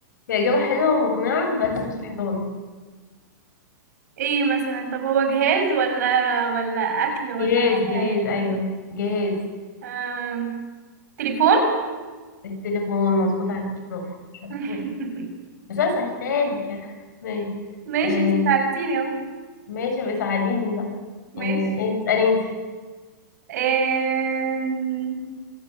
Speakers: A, on the left; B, on the right.
A: هي إجابة حلوة ومقنعة بس مش الحيطان
B: ايه مثلا طب هو جهاز ولا ولا اكل ولا
A: جهاز
B: حاجة
A: جهاز
B: يعني
A: أيوه جهاز
B: آم... تليفون
A: التليفون مظبوط عليكي برافو شطورة
B: <laughs>
A: بس انا سهلتهالك يعني ماشي
B: ماشي
A: آه
B: انت ساعدتيني اهو
A: ماشي بس ساعديني بقى
B: ماشي
A: آه آه، اسألي انت
B: آم...